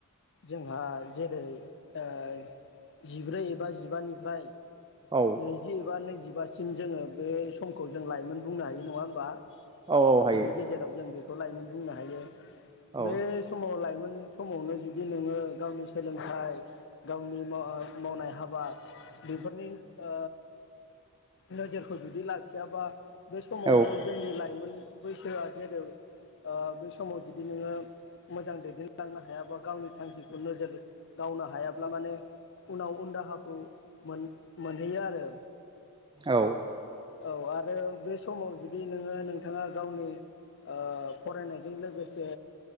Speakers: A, on the left; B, on the right.
A: जोंहा जेरै ओ जिब्रै एबा जिबानिफ्राय
B: औ
A: नैजि एबा नैजिबा सिम जोङो बे समखौ जों लाइमोन बुंनो हायो नङा होमबा? बेनि
B: औ औ हायो
A: गेजेराव जों बे खौ लाइमोन बुंनो हायो।
B: औ
A: बे समाव लाइमोन समावनो जुदि नोङो गावनि सोलोंथाइ गावनि मा मावनाय हाबा बेफोरनि ओ नोजोरखौ जुदि लाखियाबा बे समावनो
B: औ
A: जोंनि लाइमोन बैसोया जेरै ओ बे समाव जुदि नोङो मोजां दैदेनलांनो हायाबा गावनि थांखिखौ नोजोर गावनो हायाब ब्ला माने उनाव उन दाहाखौ मोन मोनहैयो आरो।
B: औ।
A: औ आरो बे समाव जुदि नोङो नोंथाङा गावनि ओ फरायनायजों लोगोसे